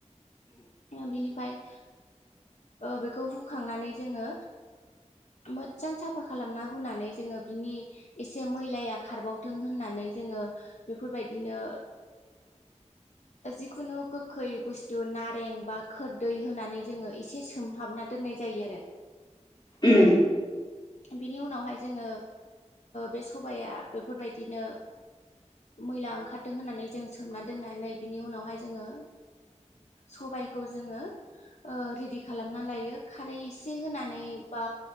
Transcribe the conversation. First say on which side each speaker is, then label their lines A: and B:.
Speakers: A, on the left (about 65°); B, on the left (about 40°).
A: आ बिनिफ्राय
B: <inaudible>
A: बेखौ हुखांनानै जोङो मोजां साफा खालामना होनानै जोङो। बिनि एसे मैलाया खारबावथों होननानै जोङो बेफोरबायदिनो
B: <inaudible>
A: आंखौ खै बुस्थु नारें बा खोरदै होनानै जोङो एसे सोमहाबना दोननाय जायो आरो
B: उ
A: बिनि उनावहाय जोङो बे सबाया बेफोरबायदिनो मैला ओंखारदों होननानै जों सोमना दोननानै बिनि उनावहाय जोङो सबायखौ जोङो रेडि खालामना लायो खारै एसे होनानै बा